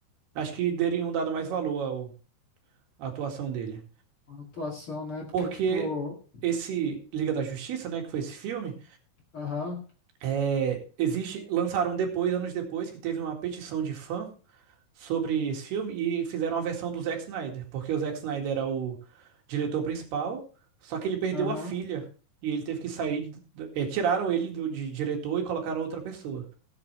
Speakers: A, on the right (about 75°); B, on the left (about 40°).
A: acho que teriam dado mais valor ao- à atuação dele.
B: A atuação, né? Porque,
A: Porque
B: tipo,
A: esse Liga da Justiça, né, que foi esse filme,
B: aham,
A: é, existe, lançaram depois, anos depois, que teve uma petição de fã sobre esse filme e fizeram uma versão do Zack Snyder, porque o Zack Snyder era o diretor principal, só que ele perdeu
B: aham,
A: a filha e ele teve que sair, do- eh, tiraram ele do, de diretor e colocaram outra pessoa.